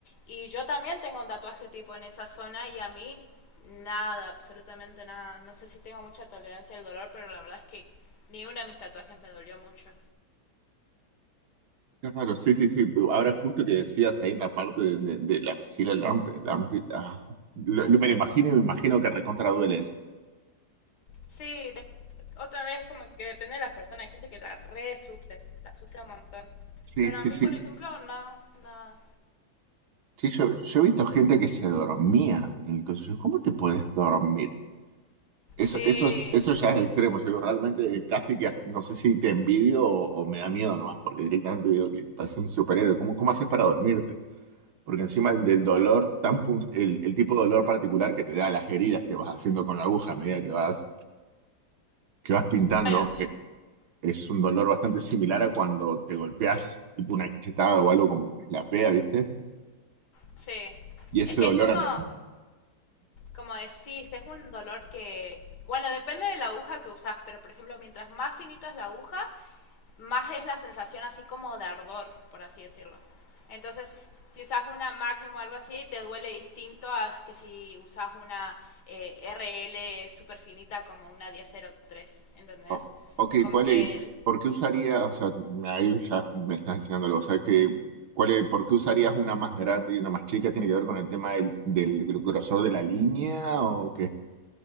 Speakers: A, on the left; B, on the right.
A: Y yo también tengo un tatuaje tipo en esa zona y a mí nada, absolutamente nada. No sé si tengo mucha tolerancia al dolor, pero la verdad es que ni uno de mis tatuajes me dolió mucho.
B: Qué raro, sí, sí, sí. tú- Ahora justo que decías ahí en la parte de, de- de la axila, el am- el am- ah, lo- lo- me lo imagino y me imagino que recontra duele eso.
A: Sí, de- otra vez como que depende de las personas. Hay gente que la re sufre, la sufre un montón.
B: Sí,
A: Pero
B: sí,
A: a mí,
B: sí.
A: por ejemplo, no, nada.
B: Sí, yo, yo he visto gente que se dormía en el coso. Yo, ¿Cómo te puedes dormir? Eso,
A: Sí,
B: eso, eso ya es extremo. Yo digo, realmente casi que hasta- no sé si te envidio o, o me da miedo nomás, porque directamente digo que parece un superhéroe. ¿Cómo, cómo haces para dormirte? Porque encima el del dolor, tan pun- el, el tipo de dolor particular que te da las heridas que vas haciendo con la aguja a medida que vas, que vas pintando,
A: bueno,
B: eh, es un dolor bastante similar a cuando te golpeas tipo una cachetada o algo como que te pea, ¿viste?
A: sí.
B: Y ese
A: Es que
B: dolor
A: es como... como decís, es un dolor que, bueno, depende de la aguja que usás, pero por ejemplo, mientras más finito es la aguja, más es la sensación así como de ardor, por así decirlo. Entonces, si usas una Magnum o algo así, te duele distinto a que si usas una eh, RL super finita como una 1003, ¿entendés?
B: O- ok,
A: Como
B: ¿cuál
A: que
B: es, por qué usaría, o sea, me- ahí ya me estás enseñándolo, o sea, que, ¿cuál es- por qué usarías una más grande y una más chica? ¿Tiene que ver con el tema del, del grosor de la línea o qué?